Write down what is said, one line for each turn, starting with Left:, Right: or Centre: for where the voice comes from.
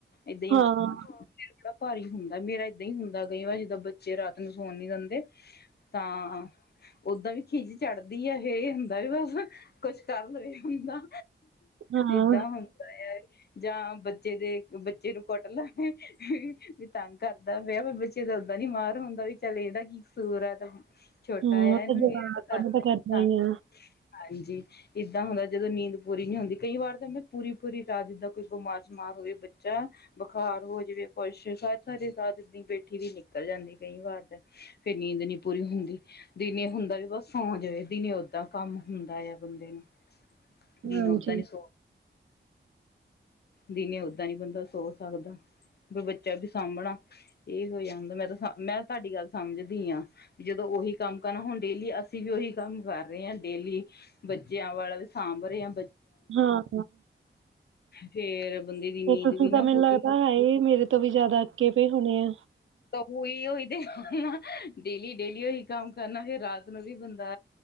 Left: ਏਦਾਂ ਈ
Right: ਹਾਂ
Left: ਸਿਰ ਬੜਾ ਭਾਰੀ ਹੁੰਦਾ ਮੇਰਾ ਏਦਾਂ ਈ ਹੁੰਦਾ ਕਈ ਵਾਰ ਜਿੱਦਾਂ ਬੱਚੇ ਰਾਤ ਨੂੰ ਸੋਣ ਨੀ ਦਿੰਦੇ। ਤਾਂ ਓੱਦਾਂ ਵੀ ਖਿਜ ਚੜ੍ਹਦੀ ਆ ਏ ਹੁੰਦਾ ਵੀ ਬਸ ਕੁੱਛ ਕਰ ਲਵੇ ਬੰਦਾ।
Right: ਹਾਂ
Left: ਏਦਾਂ ਹੁੰਦਾ ਆ। ਜਾਂ ਬੱਚੇ ਦੇ ਬੱਚੇ ਨੂੰ ਕੁੱਟ ਲਾ ਵੀ ਤੰਗ ਕਰਦਾ ਪਿਆ ਵੀ ਬੱ ਚੇ ਦਾ ਓੱਦਾ ਨੀ ਮਾਰ ਹੁੰਦਾ ਵੀ ਚੱਲ ਐਦਾ ਕੀ ਕਸੂਰ ਐ ਤਾ। ਛੋਟਾ
Right: ਹੂੰ
Left: ਆ ਇਹਨੂੰ
Right: ਜਵਾਕਾਂ
Left: ਗੇ ਕਰਨਾ
Right: ਨੂੰ ਤਾਂ
Left: ਈ
Right: ਕਰਨਾ
Left: ਐ ਤੰਗ
Right: ਹੀ ਆ
Left: ਹਾਂਜੀ। ਏਦਾਂ ਹੁੰਦਾ ਜਦੋਂ ਨੀਂਦ ਪੂਰੀ ਨਈ ਹੁੰਦੀ ਕਈ ਵਾਰ ਤਾਂ ਹੁੰਦਾ ਪੂਰੀ-ਪੂਰੀ ਰਾਤ ਜਿੱਦਾਂ ਕੋਈ ਬਿਮਾਰ ਸ਼ੁਮਾਰ ਹੋਵੇ ਬੱਚਾ ਬੁਖਾਰ ਹੋ ਜਾਵੇ ਖੁਸ਼ ਸਾਰੀ-ਸਾਰੀ ਰਾਤ ਏਦੀ ਬੈਠੀ ਦੀ ਨਿਕਲ ਜਾਂਦੀ ਕਈ ਵਾਰ ਤੇ। ਫੇਰ ਨੀਂਦ ਨੀ ਪੂਰੀ ਹੁੰਦੀ। ਦਿਨੇ ਹੁੰਦਾ ਵੀ ਬਸ ਸੌ ਜਾਵੇ, ਦਿਨੇ ਓੱਦਾਂ ਕੰਮ ਹੁੰਦਾ ਆ ਬੰਦੇ ਨੂੰ। ਦਿਨੇ
Right: ਹਾਂਜੀ
Left: ਓੱਦਾਂ ਨੀ ਸੋ
Right: <unintelligible>
Left: ਦਿਨੇ ਓਦਾਂ ਨਹੀਂ ਬੰਦਾ ਸੋ ਸਕਦਾ, ਬੀ ਬੱਚਾ ਵੀ ਸਾਂਭਣਾ। ਇਹ ਹੋ ਜਾਂਦਾ, ਮੈਂ ਤਾਂ ਮੈਂ ਤੁਹਾਡੀ ਗੱਲ ਸਮਝਦੀ ਆਂ। ਵੀ, ਜਦੋਂ ਉਹੀ ਕੰਮ ਕਰਨਾ, ਹੁਣ ਡੇਲੀ ਅਸੀਂ ਵੀ ਉਹੀ ਕੰਮ ਕਰ ਰਹੇ ਹਾਂ। ਡੇਲੀ ਬੱਚਿਆਂ, ਵਾਲਾ ਵੀ ਸਾਂਭ ਰਹੇ ਹਾਂ।
Right: ਹਾਂ,
Left: ਫੇਰ ਬੰਦੇ ਦੀ
Right: ਤੇ
Left: ਨੀਂਦ
Right: ਤੁਸੀਂ
Left: ਵੀ
Right: ਤਾਂ,
Left: ਨਾ
Right: ਮੈਨੂੰ
Left: ਪੂਰੀ
Right: ਲੱਗਦਾ
Left: ਹੋ
Right: ਹੈ ਈ ਮੇਰੇ ਤੋਂ ਤੋਂ, ਵੀ ਜ਼ਿਆਦਾ ਅੱਕੇ, ਪਏ ਹੋਣੇ ਆ।
Left: ਤਾਂ, ਉਹੀ- ਉਹੀ ਤੇ ਡੇਲੀ -ਡੇਲੀ, ਉਹੀ ਕੰਮ ਕਰਨਾ, ਫਿਰ ਰਾਤ ਨੂੰ ਵੀ ਬੰਦਾ